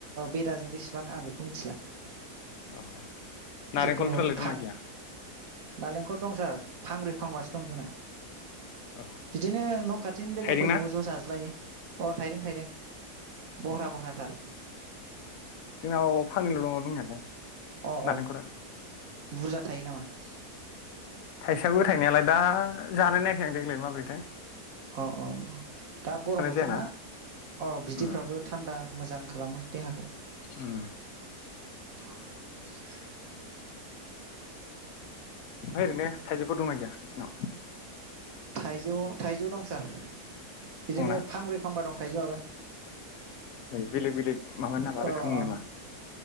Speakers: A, on the right; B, on the left.
A: बेदाजों बेसेबां आं बेखौ मिथिला
B: अ नारेंखलफोरालाय
A: जिखुनु फान
B: दंना गैया?
A: नालेंखर दं सार फांब्रै फांबासो दं जोंना।
B: औ
A: बिदिनो न' खाथिनि लोगोफोरजोंबो
B: थाइदों ना
A: ज' जाज्लायो अ थायदों थायदों बह्रा
B: औ
A: बह्रााथार।
B: जोंनाव फांनैल दङ दंनायालाय
A: अ अ
B: नालेंखरा
A: बुरजा थायो नामा <unintelligible>
B: थायसाबो थायनायालाय दा जानायनायाखै आं देग्लाय माब्रैथाय
A: अ अ दा गरम बोथोर
B: जायाना
A: ना अ बिदैफ्राबो
B: उम
A: थान्दा मोजां खालामो देहाखौ।
B: उम।
A: <unintelligible>
B: ओमफाय ओरैनो थाइजौफोर दंना गैया नोंसिनाव
A: थाइजौ थाइजौ दं सार। बिदिनो
B: दङना
A: फांब्रै फांबा दं। थायजौआबो
B: नै बेलेग बेलेग माबा नामा
A: अ
B: रोखोमनि
A: अ
B: नामा?